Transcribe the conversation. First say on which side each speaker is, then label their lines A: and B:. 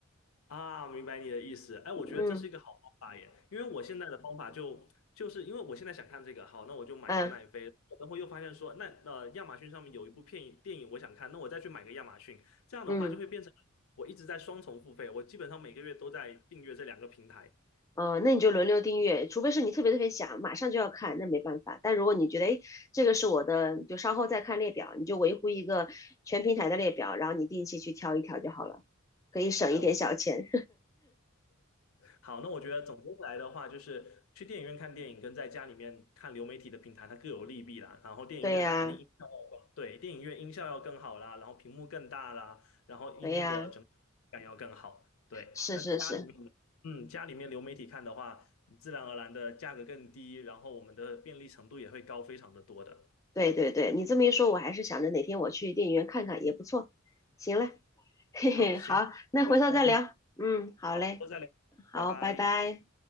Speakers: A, on the left; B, on the left.
A: 啊，明白你的意思。哎，我觉得这是一个好方法耶，
B: 嗯
A: 因为我现在的方法就就是因为我现在想看这个，好，那我就买一个奈飞，
B: 嗯
A: 然后又发现说，那呃亚马逊上面有一部片电影我想看，那我再去买个亚马逊，这样的话就会变成我一直在双重付费，
B: 嗯，
A: 我基本上每个月都在订阅这两个平台。
B: 呃，那你就轮流订阅，除非是你特别特别想马上就要看，那没办法。但如果你觉得，哎，这个是我的，就稍后再看列表，你就维护一个全平台的列表，然后你定期去挑一挑就好了，可以省一点小钱。
A: 哎，我好，那我觉得总结起来的话，就是去电影院看电影跟在家里面看流媒体的平台，它各有利弊啦。然后电影院它肯定音效要更，
B: 对呀，
A: 对，电影院音效要更好啦，然后屏幕更大啦，然后音那个整体感要更好。
B: 对呀，
A: 对，
B: 是是是，
A: 那家里面，嗯，家里面流媒体看的话，自然而然的价格更低，然后我们的便利程度也会高非常的多的。
B: 对对对，你这么一说，我还是想着哪天我去电影院看看也不错。行了，<laughs> 嘿嘿，
A: 好，行，
B: 好，那回头再聊。
A: 那今天
B: 嗯，好嘞，
A: 好，都再聊，
B: 好，
A: 拜拜。
B: 拜拜。